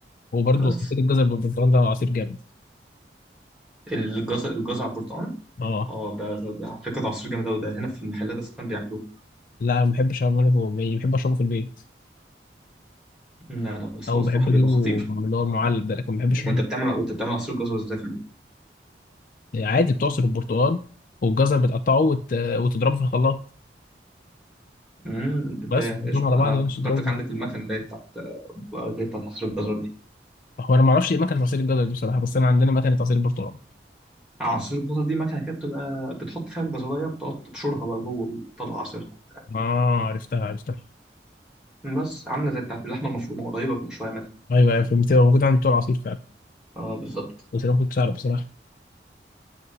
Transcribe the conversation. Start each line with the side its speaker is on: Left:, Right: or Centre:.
Left: وبرده
Centre: بس
Left: عصير الجزر بالبرتقال ده عصير جامد
Centre: الجزر الجزر على البرتقال
Left: اه
Centre: اه ده, ده, ده على فكرة ده عصير جامد أوي ده هنا في المحلات أصلا بيعملوه
Left: لا ما بحبش اعمله هو- يعني بحب اشربه في البيت
Centre: لا لا بس
Left: او
Centre: هو الصراحة
Left: بحب اجيبه
Centre: بيبقى خطير
Left: من اللي هو المعلب ده لكن ما بحبش
Centre: طب وأنت بتعمل وأنت بتعمل عصير جزر إزاي في البيت؟
Left: عادي بتعصر البرتقال والجزر بتقطعه وت... وتضربه في الخلاط
Centre: امم بت-
Left: بس وتحطهم
Centre: قشطة
Left: على بعض
Centre: أنا
Left: ولا
Centre: افتكرتك
Left: تضربهم
Centre: عندك المكنة اللي هي بتاعت اللي هي بتاعت عصير الجزر دي
Left: هو انا ما اعرفش ايه مكنه عصير الجزر دي بصراحه بس انا عندنا مكنه عصير البرتقال
Centre: عصير الجزر دي مكنة كده بتبقى بتحط فيها الجزراية بتقعد تبشرها بقى جوه وتطلع عصيرها وبتاع
Left: اه عرفتها عرفتها
Centre: بس عاملة زي بتاعت اللحمة المفرومة قريبة كده شوية منها
Left: ايوه ايوه فهمت هو موجود عند بتوع العصير فعلا
Centre: اه بالظبط
Left: بس انا ما كنتش اعرف بصراحه